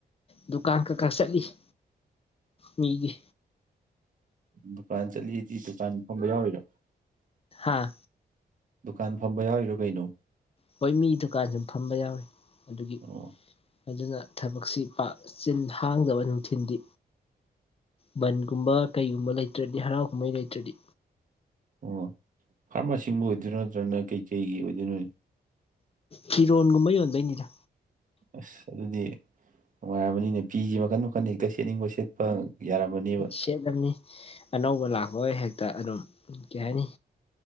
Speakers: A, on the left (about 35°); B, on the right (about 50°).
A: ꯗꯨꯀꯥꯟ ꯀꯀꯥ ꯆꯠꯂꯤꯁꯦ ꯃꯤꯒꯤ
B: ꯗꯨꯀꯥꯟ ꯆꯠꯂꯤꯗꯤ ꯗꯨꯀꯥꯟ ꯐꯝꯕ ꯌꯥꯎꯔꯤꯔꯣ
A: ꯑꯥ
B: ꯗꯨꯀꯥꯟ ꯐꯝꯕ ꯌꯥꯎꯔꯤꯔꯣ ꯀꯩꯅꯣ
A: ꯍꯣꯏ ꯃꯤ ꯗꯨꯀꯥꯟꯁꯨ ꯐꯝꯕ ꯌꯥꯎꯋꯤ ꯑꯗꯨꯒꯤ
B: ꯑꯣ
A: ꯑꯗꯨꯅ ꯊꯕꯛꯁꯤ ꯄꯥꯛ ꯆꯤꯟ ꯍꯥꯡꯗꯕ ꯅꯨꯡꯊꯤꯟꯗꯤ ꯚꯟꯒꯨꯝꯕ ꯀꯩꯒꯨꯝꯕ ꯂꯩꯇ꯭ꯔꯗꯤ ꯍꯔꯥꯎ ꯀꯨꯝꯍꯩ ꯂꯩꯇ꯭ꯔꯗꯤ
B: ꯑꯣ ꯐꯥꯔꯃꯥꯁꯤꯝ ꯑꯣꯏꯗꯣꯏꯔ ꯅꯠꯇ꯭ꯔꯒꯅ ꯀꯩꯀꯩꯒꯤ ꯑꯣꯏꯗꯣꯏꯅꯣ
A: ꯐꯤꯔꯣꯟꯒꯨꯝꯕ ꯌꯣꯟꯕꯩꯅꯤꯗ
B: ꯑꯁ ꯑꯗꯨꯗꯤ ꯅꯨꯡꯉꯥꯏꯔꯝꯃꯅꯤꯅꯦ ꯐꯤꯁꯦ ꯃꯈꯟ ꯃꯈꯟ ꯍꯦꯛꯇ ꯁꯦꯠꯅꯤꯡꯕ ꯁꯦꯠꯄ ꯌꯥꯔꯝꯃꯅꯦꯕ
A: ꯁꯦꯠꯂꯝꯅꯤ ꯑꯅꯧꯕ ꯂꯥꯛꯄꯒ ꯍꯦꯛꯇ ꯑꯗꯨꯝ ꯀꯩ ꯍꯥꯏꯅꯤ